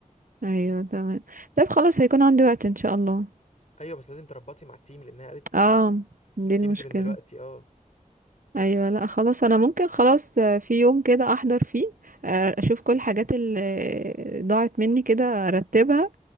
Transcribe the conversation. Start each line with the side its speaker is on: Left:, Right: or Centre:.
Right: ايوه تمام طب خلاص هيكون عندي وقت ان شاء الله
Left: ايوه بس لازم تربطي مع التيم لانها قالت
Right: اه
Left: آه، التيمز
Right: دي المشكلة
Left: من دلوقتي اه
Right: ايوه لا خلاص انا ممكن خلاص آه، في يوم كده احضر فيه آه، اشوف كل الحاجات اللي ضاعت مني كده ارتبها